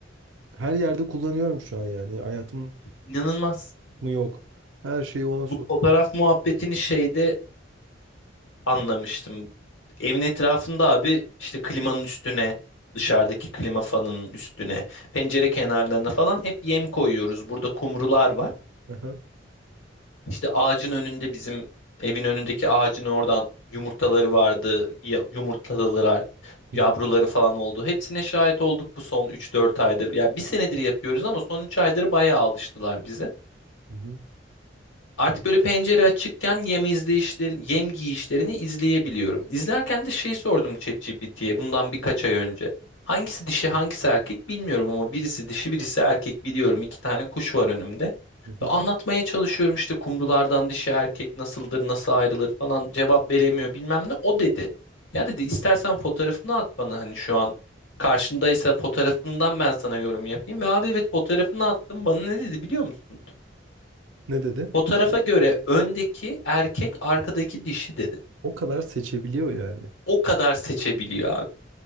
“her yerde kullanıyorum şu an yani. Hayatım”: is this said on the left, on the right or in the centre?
Right